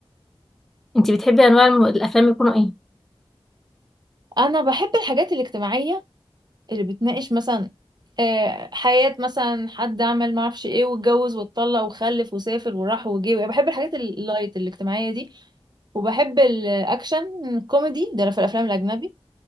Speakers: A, in the centre; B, on the right.
A: انت بتحبي انواع الم- الافلام يكونوا ايه
B: أنا بحب الحاجات الاجتماعية اللي بتناقش مثلا آه، حياة مثلا حد عمل ما اعرفش ايه واتجوز واتطلق وخلف وسافر وراح وجه يعني بحب الحاجات اللايت الاجتماعية دي وبحب الاكشن كوميدي ده في الافلام الاجنبي